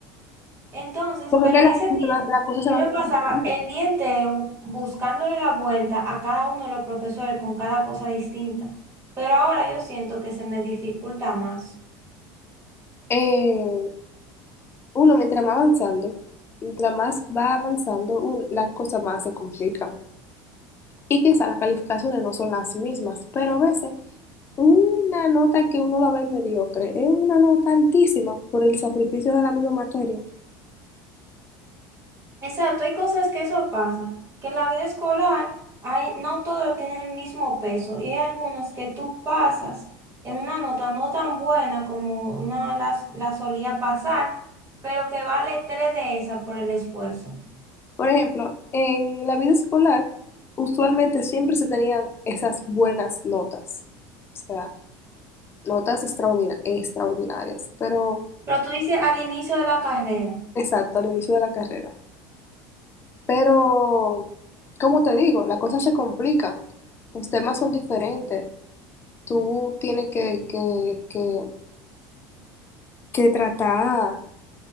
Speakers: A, on the right (about 30°); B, on the left (about 25°).
A: Entonces,
B: Porque
A: pero
B: es que
A: en
B: las
A: ese tiempo
B: la, las cosas se
A: yo
B: van
A: me
B: complicando.
A: pasaba el día entero bu- buscándole la vuelta a cada uno de los profesores con cada cosa distinta. Pero ahora yo siento que se me dificulta más.
B: Eh, uno, mientras más avanzando, mientras más va avanzando, un- las cosas más se complican. Y quizá las calificaciones no son las mismas, pero a veces una nota que uno la ve mediocre es una nota altísima por el sacrificio de la misma materia.
A: Exacto, hay cosas que eso pasa, que en la vida escolar hay, no todos tienen el mismo peso y hay algunos que tú pasas en una nota no tan buena como una las- la, solía pasar, pero que vale tres de esa por el esfuerzo.
B: Por ejemplo, en la vida escolar, usualmente siempre se tenían esas buenas notas, o sea, notas extraordinar- extraordinarias, pero
A: Pero tú dices al inicio de la carrera.
B: exacto, al inicio de la carrera. Pero, como te digo, las cosas se complican, los temas son diferentes, tú tienes que, que, que, que tratar, o